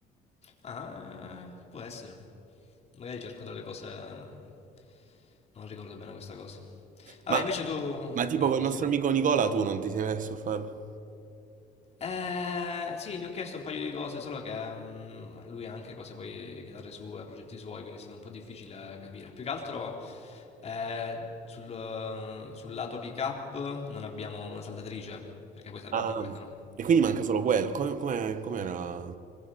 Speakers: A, on the left (about 40°); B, on the right (about 50°).
A: Ah, può essere. Magari cerco delle cose... Non ricordo bene questa cosa. Vabbè,
B: Ma,
A: invece tu...
B: ma tipo
A: Ah,
B: col
A: dici?
B: nostro amico Nicola tu non ti sei messo a farlo?
A: Eh, sì, gli ho chiesto un paio di cose, solo che mm, lui ha anche cose poi, chitarre sue, progetti suoi, quindi è stato un po' difficile capire. Più che altro eh, sul, sul lato pick-up non abbiamo una saldatrice, perché poi serve
B: Ah,
A: anche quella, no?
B: e quindi manca solo quello. Come, come- com'era?